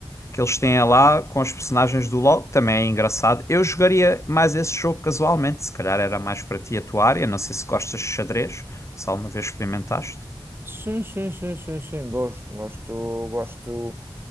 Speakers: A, on the left; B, on the right.
A: que eles têm lá com os personagens do LoL, também é engraçado. Eu jogaria mais esse jogo casualmente, se calhar era mais para ti a tua área. Não sei se gostas de xadrez, se alguma vez experimentaste.
B: Sim, sim, sim, sim, sim, gosto, gosto, gosto